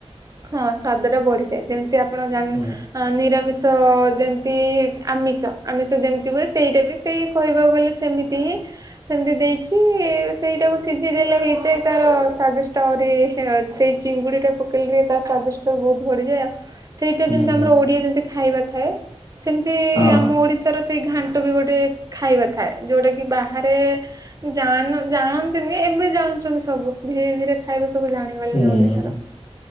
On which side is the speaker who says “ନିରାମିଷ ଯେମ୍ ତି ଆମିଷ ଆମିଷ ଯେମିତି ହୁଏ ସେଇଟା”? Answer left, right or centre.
Right